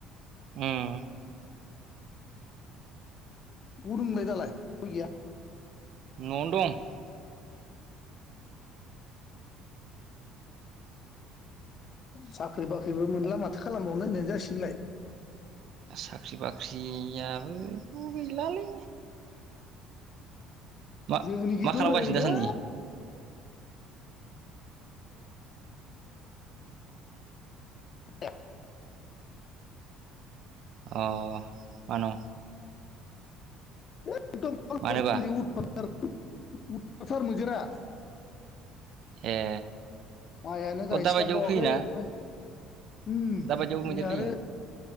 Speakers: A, on the right (about 60°); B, on the left (about 45°).
A: उम
B: अबाव दं नोंलाय दालाय <unintelligible> गैया?
A: न'आवनो दं
B: साख्रि बाख्रिबो मोनला माथो खालामबावनो होननायानो जासिगोनहोनलाय।
A: साख्रि बाख्रियाबोथ गैलालै। मा
B: जोंनिखैथ
A: मा खालामगासिनो
B: नैलै
A: दासान्दि
B: <unintelligible>
A: अ मानो?
B: <unintelligible> <unintelligible>
A: मानोबा
B: उथफाथ थार मैदेरा।
A: ए
B: माइयानो
A: अ
B: गायस्लाबबावाखै
A: दाबायदियाव फैयोना
B: ओमफ्राय उम
A: दाबायदियाव
B: नै
A: मैदेर
B: आरो
A: फैयो